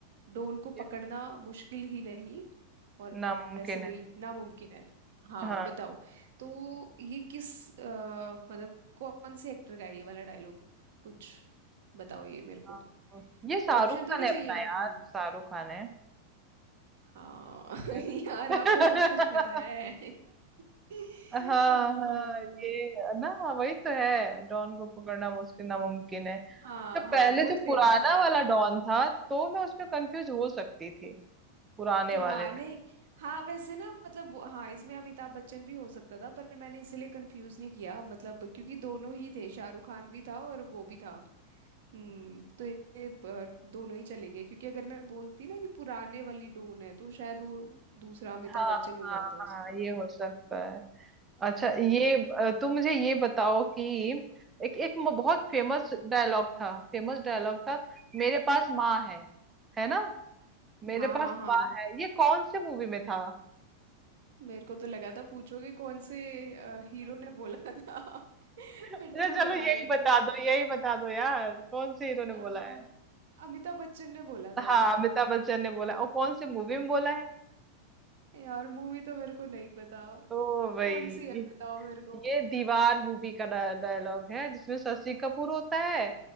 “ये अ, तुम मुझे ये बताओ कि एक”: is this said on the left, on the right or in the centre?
Right